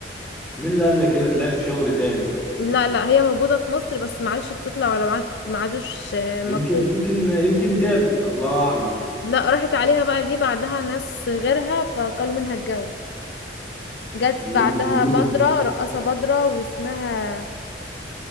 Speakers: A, in the centre; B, on the left (about 65°).
A: مين اللي قال لي كده تلاش في شغل تاني
B: لا لا هي موجودة في مصر بس ما عادش بتطلع ولا ما عاد- ما عادوش آه، مطلوب
A: يمكن يمكن يمكن تابت الله اعلم
B: لا راحت عليها بقى جه بعدها ناس غيرها فكلوا منها الجو جت
A: والله
B: بعدها
A: زي مين
B: بدرة رقاصة بدرة واسمها